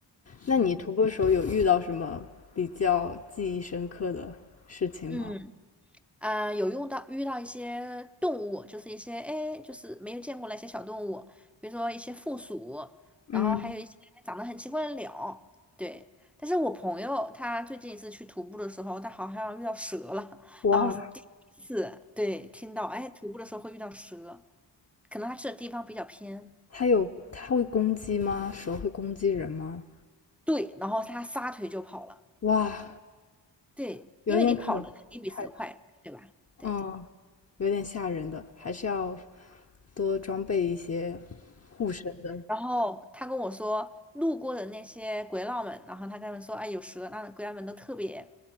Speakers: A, on the left (about 35°); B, in the centre.
A: 那你徒步的时候有遇到什么比较记忆深刻的事情吗？
B: 嗯。嗯，嗯，呃有用到遇到一些动物，就是一些哎，就是没有见过那些小动物，比如说一些负鼠，
A: 嗯，
B: 然后还有一些长得很奇怪的鸟，对。但是我朋友他最近一次去徒步的时候，他好像遇到蛇了，
A: 哇，
B: 然后我是第一次对听到，哎，徒步的时候会遇到蛇，可能他去的地方比较偏，
A: 它有，它会攻击吗？蛇会攻击人吗？
B: 对，然后他撒腿就跑了，
A: 哇，
B: 对，
A: 有点可，
B: 因为你跑了你比蛇快，
A: 害怕。
B: 对吧？对。
A: 嗯，有点吓人的，还是要多装备一些护身的
B: 然后他跟我说，路过的那些鬼佬们，然后他跟他们说，哎，有蛇，那鬼佬们都特别